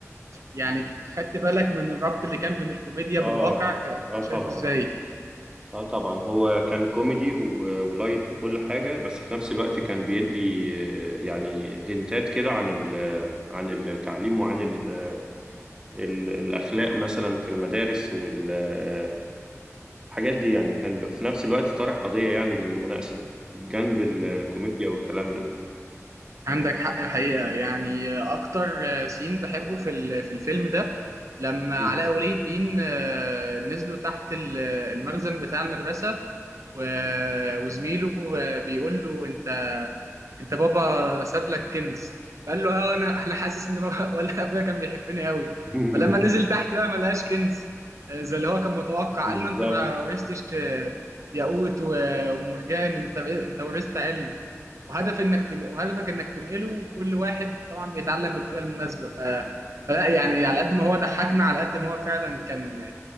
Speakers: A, on the right; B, on the right.
A: يعني خدت بالك من الربط اللي كان بين الكوميديا
B: اه
A: بالواقع ك-
B: اه
A: شايفه
B: طبعا
A: ازاي
B: اه طبعا هو كان كوميدي و- ولايت وكل حاجة بس في نفس الوقت كان بيدي آه، يعني هنتات كده عن ال- عن التعليم وعن ال- ال- الأخلاق مثلا في المدارس والحاجات دي يعني كان ب- في نفس الوقت طرح قضية يعني للمناقشة جنب الكوميديا والكلام ده
A: عندك حق الحقيقة يعني أكتر سين بحبه في ال- في الفيلم ده لما
B: مم.
A: علاء ولي الدين آه، نزلوا تحت ال- المخزن بتاع المدرسة و- وزميله آه، بيقول له أنت أنت بابا ساب لك كنز فقال له أه أنا أنا حاسس إن بابا <laughs> ولا أبويا كان بيحبني قوي
B: <laughs>
A: فلما نزل تحت بقى ما لقاش كنز آه، زي اللي هو كان متوقع
B: بالظبط
A: قال له أنت ما ورثتش آه، ياقوت و- ومرجان أنت أنت ورثت علم وهدف انك تل... وهدفك انك تنقله وكل واحد طبعا بيتعلم بالطريقه المناسبه ف فلا يعني على قد ما هو ضحكنا على قد ما هو فعلا كان